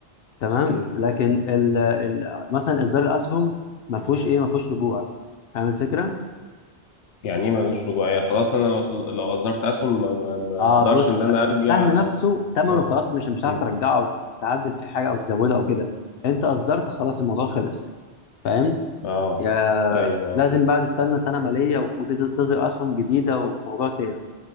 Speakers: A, on the left; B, on the left.
A: تمام
B: امم
A: لكن ال ال مثلا اصدار الاسهم ما فيهوش ايه ما فيهوش رجوع فاهم الفكره
B: يعني ايه ملوش رجوعية خلاص انا لو صل- لو اصدرت اسهم ما ما- ما
A: اه
B: اقدرش
A: بص
B: ان
A: بقى
B: انا ارجع
A: السهم نفسه
B: اه
A: ثمنه
B: اه
A: خلاص مش مش هتعرف
B: مم.
A: ترجعه او تعدل فيه حاجه او تزودها
B: مم.
A: او كده انت اصدرت خلاص الموضوع خلص فاهم
B: آه.
A: يا
B: ايوه
A: لازم
B: آه.
A: بقى تستنى سنه ماليه وتصدر اسهم جديده وموضوع تاني